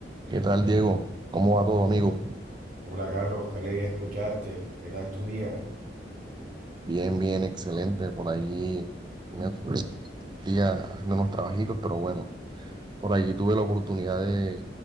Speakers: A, on the right (about 25°); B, on the right (about 50°).
A: ¿Qué tal, Diego? ¿Cómo va todo, amigo?
B: Hola Carlos, qué alegría escucharte. ¿Qué tal tu día?
A: Bien, bien, excelente. Por allí me día haciendo unos trabajitos, pero bueno, por allí tuve la oportunidad de,